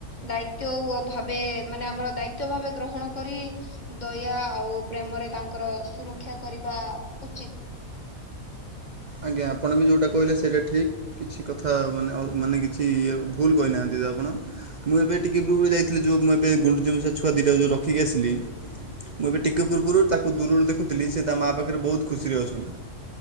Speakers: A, on the left; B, on the right.
A: ଦାୟିତ୍ବ ଭାବେ ମାନେ ଆମର ଦାୟିତ୍ବ ଭାବେ ଗ୍ରହଣ କରି ଦୟା ଆଉ ପ୍ରେମରେ ତାଙ୍କର ସୁରକ୍ଷା କରି ବା ଉଚିତ୍।
B: ଆଜ୍ଞା ଆପଣ ବି ଯେଉଁଟା କହିଲେ ସେଇଟା ଠିକ୍ କିଛି କଥା ମାନେ ଅଲ ମାନେ କିଛି ଇ ଭୁଲ୍ କହିନାହାନ୍ତି ତ ଆପଣ। ମୁଁ ଏବେ ଟିକେ ପୂର୍ବରୁ ଯାଇଥିଲି ଯଉ ମୁଁ ଏବେ ଗୁଣ୍ଡୁଚି ମୂଷା ଛଆ ଦିଟାକୁ ଯୋଉ ରଖିକି ଆସିଲି। ମୁଁ ଏବେ ଟିକେପୁର୍ବୁରୁ ତାକୁ ଦୂରରୁ ଦେଖୁଥିଲି ସେ ତା ମା ପାଖରେ ବୋହୁତ୍ ଖୁସିରେ ଅଛନ୍ତି।